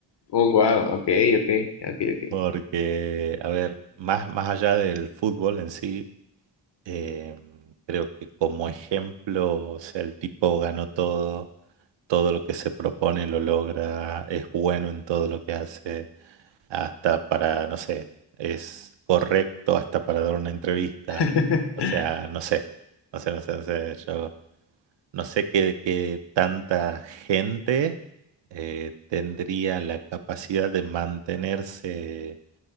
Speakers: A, on the left; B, on the right.
A: Oh, wow, ok, ok, ok, ok.
B: Porque, a ver, más, más allá del fútbol en sí, Eh, creo que como ejemplo, o sea, el tipo ganó todo, todo lo que se propone lo logra, es bueno en todo lo que hace, hasta para, no sé, es correcto hasta para dar una entrevista.
A: <laughs>
B: O sea, no sé, no sé, no sé, no sé, yo no sé qué, qué tanta gente eh, tendría la capacidad de mantenerse